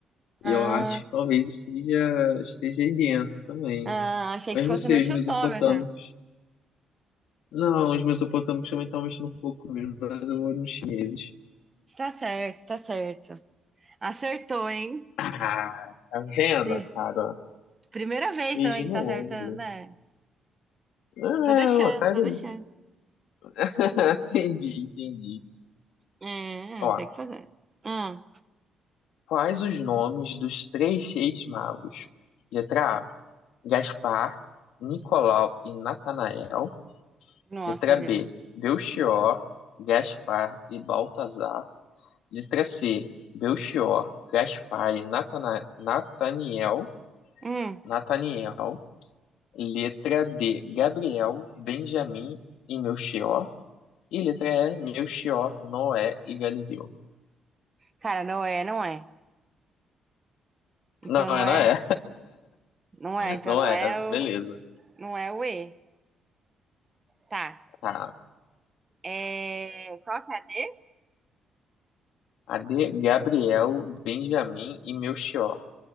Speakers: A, on the right; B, on the left.
A: Ah.
B: E eu acho que talvez esteja, esteja aí dentro também.
A: Ah, achei
B: Mas
A: que
B: não
A: fosse
B: sei,
A: no chutômetro.
B: os mesopotâmicos. Não, os mesopotâmicos também estão mexendo um pouco comigo, mas eu vou nos chineses.
A: Tá certo, tá certo. Acertou, hein?
B: Ah, tá vendo,
A: Pri-
B: cara?
A: Primeira vez
B: Beijinho
A: também que tá
B: no
A: acertando,
B: ombro.
A: né?
B: Não,
A: Tô
B: é,
A: deixando,
B: ô, sai
A: tô
B: daí.
A: deixando.
B: <laughs> Entendi, entendi.
A: É,
B: Ó,
A: é, tem que fazer. Hum,
B: quais os nomes dos três reis magos? Letra A, Gaspar, Nicolau e Natanael.
A: nossa,
B: Letra B,
A: meu.
B: Belchior, Gaspar e Baltazar. Letra C, Belchior, Gaspar e Natana- Nataniel.
A: Hum,
B: Nataniel. Letra D, Gabriel, Benjamim e Melchior. E letra E, Melchior, Noé e Galileu.
A: cara, não é, não é. Então
B: Não,
A: não
B: é
A: é,
B: Noé,
A: não
B: <laughs>
A: é, então
B: não
A: não
B: é,
A: é o,
B: beleza.
A: não é o E. Tá.
B: Tá.
A: É, qual que é a D?
B: A D, Gabriel, Benjamim e Melchior.